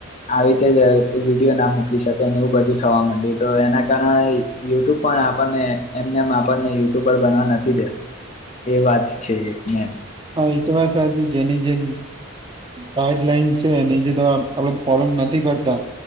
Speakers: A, on the left (about 30°); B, on the right (about 20°).
A: આવી રીતે જ વિડયો ના મૂકી શકેને એવું બધું થવા મંડે તો એના કારણે યુટ્યુબ પણ આપણને એમને આપને યુટ્યુબર બનવા નથી દેતું એ વાત છે મેન
B: હા, એ તો વાત સાચી એની જે ગાઈડલાઈન છે અને જે તમે આપડે ફોલોઈગ નથી કરતા